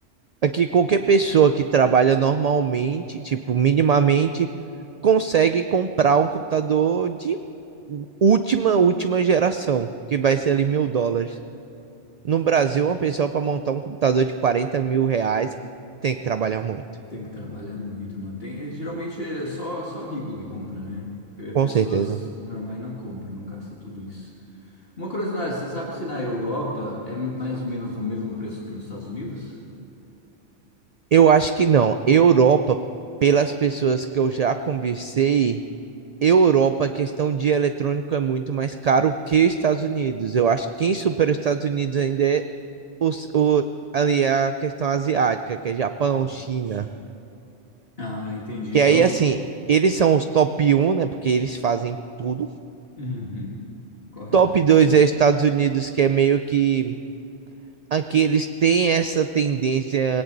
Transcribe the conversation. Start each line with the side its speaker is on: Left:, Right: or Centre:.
Right: aqui qualquer pessoa que trabalha normalmente, tipo, minimamente, consegue comprar um computador de última, última geração, que vai ser ali mil dólares. No Brasil, uma pessoa para montar um computador de 40 mil reais tem que trabalhar muito.
Left: Tem que trabalhar muito, mano. Tem, eh, geralmente é só, só rico que compra, né? Pe-
Right: Com
Left: Pessoas
Right: certeza.
Left: normais não compram, não gastam tudo isso. Uma curiosidade, você sabe se na Europa é mais ou menos o mesmo preço que nos Estados Unidos?
Right: Eu acho que não. Europa, pelas pessoas que eu já conversei, Europa, a questão de eletrônico é muito mais caro que Estados Unidos. Eu acho que quem supera os Estados Unidos ainda é os, o, ali é a questão asiática, que é Japão,
Left: Ah,
Right: China.
Left: Sim. Ah, entendi.
Right: Que
Left: Então,
Right: aí,
Left: s-
Right: assim, eles são os top um né? Porque eles fazem tudo.
Left: Uhum, correto.
Right: Top 2 é Estados Unidos, que é meio que Aqui eles têm essa tendência